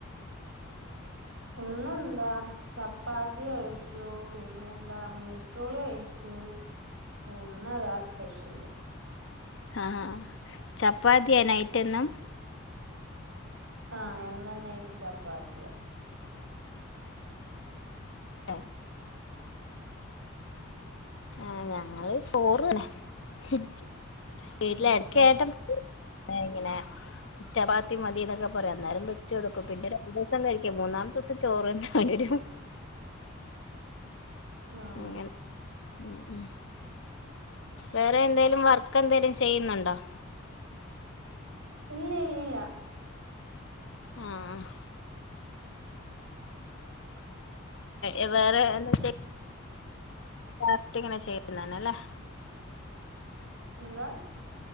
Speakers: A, on the right; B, on the left.
A: ഇന്നെന്താ ചപ്പാത്തി കഴിച്ചു പിന്നെന്താ മീറ്റ്റോള് കഴിച്ചു ഇന്നതാ സ്പെഷ്യല്
B: ഹാ ഹാ ആഹ് ചപ്പാത്തിയാ നൈറ്റ് ഇന്ന്
A: ആഹ് എന്നും നൈറ്റ് ചപ്പാത്തിയാ
B: ആഹ് ആ ഞങ്ങള് ചോറ് തിന്നാ ഹ് വീട്ടില്
A: ഉം
B: എടക്കായിട്ടും
A: ഉം
B: ഏഹ് എങ്ങനെ ചപ്പാത്തി മതീന്നൊക്കെ ഒരേന്നേരം വെച്ച് കൊടുക്കും പിന്നെ രണ്ട് ദിവസം കഴിക്കും മൂന്നാം ദിവസം ചോറ് തന്നെ വേണ്ടേരും ഹ്
A: ഉം
B: അങ്ങനെ ഉം ഉം വേറെ എന്തേലും വർ ഇക്കന്തേലും ചെയ്യുന്നുണ്ടോ
A: ഇല്ലയില്ല
B: ആഹ ഏ വേറെ എന്താച്ച ലാസ്റ്റിങ്ങനെ ചെയ്യുന്നേനേല്ലേ
A: എന്താ